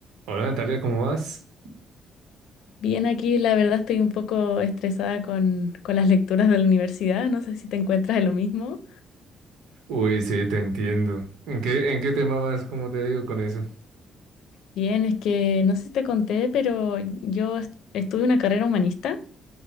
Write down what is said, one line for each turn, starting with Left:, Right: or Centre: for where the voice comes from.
Right: Hola Natalia, ¿cómo vas?
Left: Bien, aquí la verdad estoy un poco estresada con, con las lecturas de la universidad, no sé si te encuentras de lo mismo.
Right: Uy, sí, te entiendo. ¿En qué, en qué tema vas? ¿Cómo te digo con eso?
Left: Bien, es que no sé si te conté, pero yo est- estudié una carrera humanista,